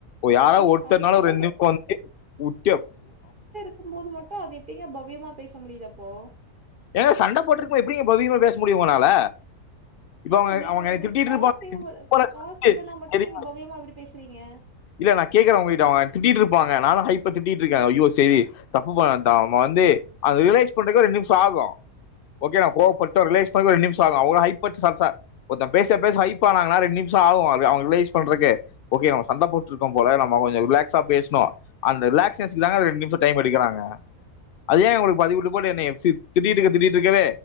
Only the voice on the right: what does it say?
நீங்க
ஹைப்லா
இருக்கும் போது மட்டும் அது எப்படிங்க ப வேகமா பேச முடியுதப்போ
அப்போ
நீ
உங்களுக்கு
காசவை
காசவனா மட்டும்
நீங்க பவியமா எப்படி பேசுறீங்க